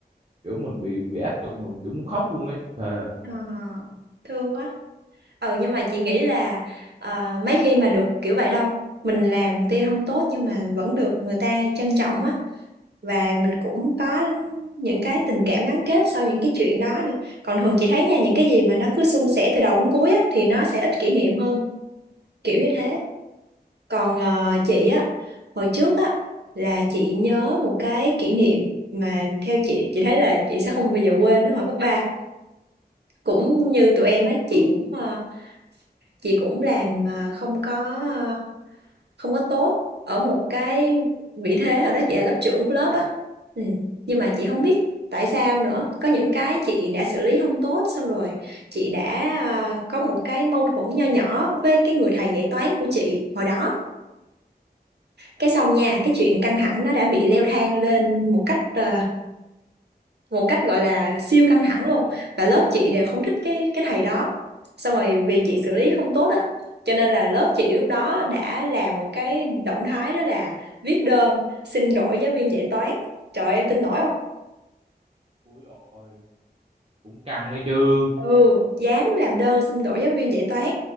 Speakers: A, on the right; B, on the right.
A: kiểu mình bị bị áp lực mình kiểu muốn khóc luôn ấy thề
B: Ờ, thương quá ờ nhưng mà chị nghĩ là ờ, mấy khi mà được kiểu vậy đâu mình làm tuy không tốt nhưng mà vẫn được người ta trân trọng á và mình cũng có những cái tình cảm gắn kết sau những cái chuyện đó nữa còn thường chị thấy nha những cái gì mà nó cứ suôn sẻ từ đầu đến cuối á thì nó sẽ ít kỷ niệm hơn kiểu như thế Còn ờ, chị á, hồi trước á là chị nhớ một cái kỷ niệm mà theo chị chị thấy là chị sẽ không bao giờ quên nó hồi cấp ba Cũng như tụi em á, chị cũng ờ, chị cũng làm ờ, không có ờ, không có tốt ở một cái vị thế hồi đó chị là lớp trưởng của lớp á. Ừ. Nhưng mà chị không biết tại sao nữa, có những cái chị đã xử lý không tốt xong rồi chị đã ờ, có một cái mâu thuẫn nho nhỏ với cái người thầy dạy toán của chị hồi đó
A: Ồ,
B: cái xong nha cái chuyện căng thẳng nó đã bị leo thang lên một cách ờ, một cách gọi là siêu căng thẳng
A: đến
B: luôn
A: điểm
B: và lớp chị
A: đến
B: đều
A: điểm
B: không thích cái cái thầy đó xong rồi vì
A: Ờ,
B: chị xử lý không tốt á cho nên là lớp chị lúc đó đã làm một cái động thái đó là viết đơn xin đổi giáo viên dạy toán trời ơi, em tin nổi không
A: ui rồi cũng căng ấy chứ
B: ừ dám làm đơn xin đổi giáo viên dạy toán